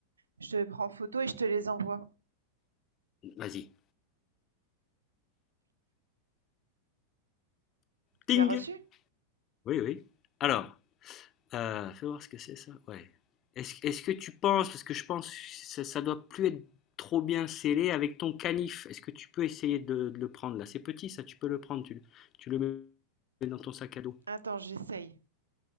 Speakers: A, on the right; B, on the left.
A: Je te prends en photo et je te les envoie.
B: Vas-y.
A: Tu
B: Ting!
A: as reçu?
B: Oui, oui. Alors, euh, fais voir ce que c'est ça. Ouais. Est-ce, est-ce que tu penses, parce que je pense que ça, ça doit plus être trop bien scellé avec ton canif. Est-ce que tu peux essayer de, de le prendre là? C'est petit ça, tu peux le prendre, tu, tu le mets dans ton sac à dos.
A: Attends, j'essaye.